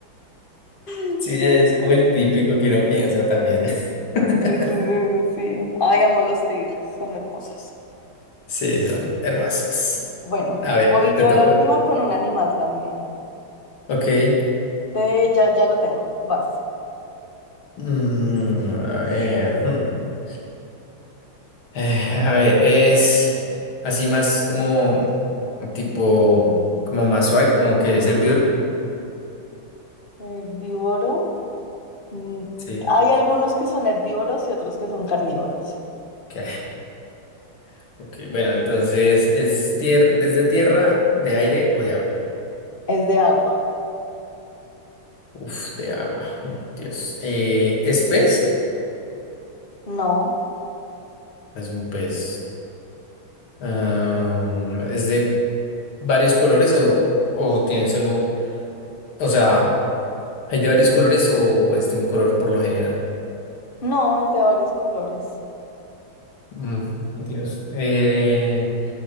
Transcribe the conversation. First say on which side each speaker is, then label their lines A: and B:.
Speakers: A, on the left (about 30°); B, on the left (about 75°).
A: <laughs>
B: Sí, es como el típico que uno piensa también. <laughs>
A: Sí, sí, sí, sí. sí. Ay, amo los tigres, son hermosos.
B: Sí, son hermosos.
A: Bueno,
B: A ver,
A: voy
B: te
A: yo
B: toca.
A: la última con un animal también.
B: Ok.
A: Espérate, ya, ya lo tengo, vas.
B: Mm, a ver. hmm. Eh, a ver, es así más como tipo, como más suave, como que de servidor.
A: Herbívoro. Mm,
B: Sí.
A: Hay algunos que son herbívoros y otros que son carnívoros.
B: Ok, <laughs> ok, Bueno, entonces es tier ¿es de tierra, de aire o de agua?
A: Es de agua.
B: Uf, de agua. <laughs> mm, Dios. Eh, ¿es pez?
A: No,
B: Es un pez. Am, ¿es de varios colores o, o tiene solo, o sea, hay de varios colores o es de un color por lo general?
A: no, es de varios colores.
B: Mm, <laughs> Dios. Eh,